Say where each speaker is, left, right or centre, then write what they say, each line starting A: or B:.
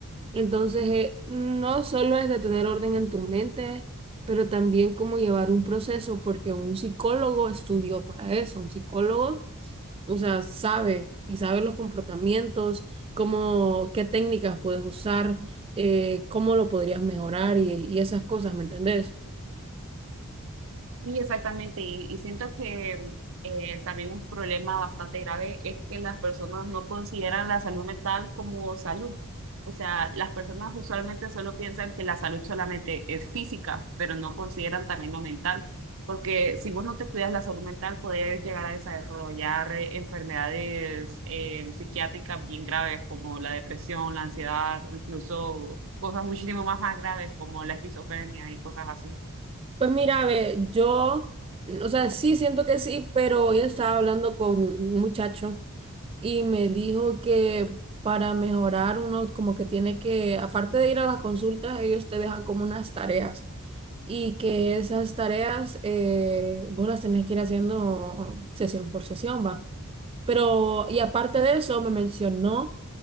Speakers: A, on the right; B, on the right.
A: Entonces, eh, no solo es de tener orden en tu mente, pero también cómo llevar un proceso, porque un psicólogo estudió para eso, un psicólogo, o sea, sabe y sabe los comportamientos, cómo, qué técnicas puedes usar, eh, cómo lo podrías mejorar y, y esas cosas, ¿me entendés?
B: Sí, exactamente, y, y siento que eh, también un problema bastante grave es que las personas no consideran la salud mental como salud. O sea, las personas usualmente solo piensan que la salud solamente es física, pero no consideran también lo mental, porque si vos no te cuidas la salud mental, puedes llegar a desarrollar eh, enfermedades eh, psiquiátricas bien graves como la depresión, la ansiedad, incluso cosas muchísimo más, más graves como la esquizofrenia y cosas así.
A: Pues mira, ve, yo, o sea, sí siento que sí, pero yo estaba hablando con un muchacho y me dijo que para mejorar uno como que tiene que, aparte de ir a las consultas, ellos te dejan como unas tareas y que esas tareas eh, vos las tenés que ir haciendo sesión por sesión, va. Pero, y aparte de eso, me mencionó